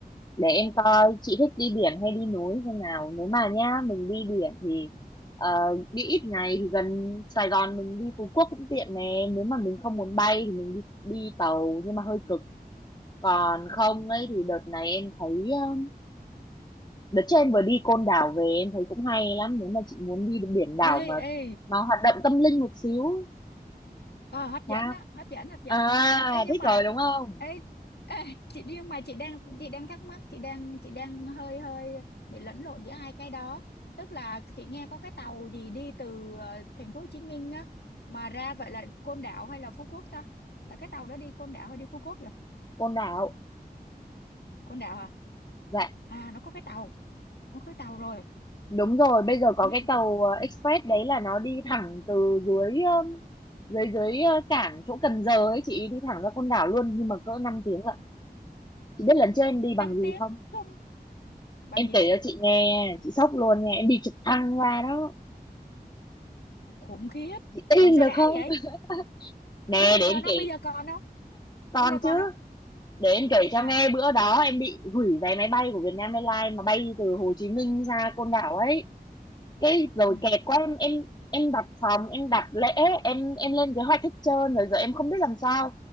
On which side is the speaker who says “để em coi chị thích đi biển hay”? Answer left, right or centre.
Left